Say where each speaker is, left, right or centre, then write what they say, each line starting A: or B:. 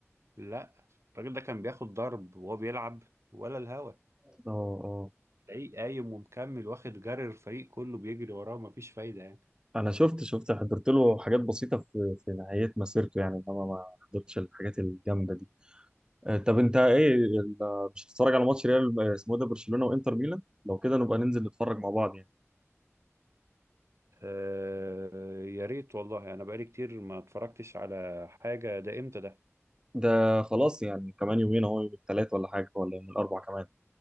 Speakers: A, on the right; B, on the right.
A: لا الراجل ده كان بياخد ضرب وهو بيلعب ولا الهوا
B: اه اه
A: تلاقيه قايم ومكمل واخد جري الفريق كله بيجري وراه مفيش فايدة يعني
B: انا شفت شفت حضرت له حاجات بسيطه في في نهايه مسيرته يعني انما ما حضرتش الحاجات الجامده دي آه، طب انت ايه ال- مش هتتفرج على ماتش ريال آه، اسمه ايه ده برشلونه وانتر ميلان لو كده نبقى ننزل نتفرج مع بعض يعني
A: آه يا ريت والله انا بقالي كتير ما اتفرجتش على حاجة ده امتى ده
B: ده خلاص يعني كمان يومين اهو يوم الثلاث ولا حاجه ولا يوم الاربع كمان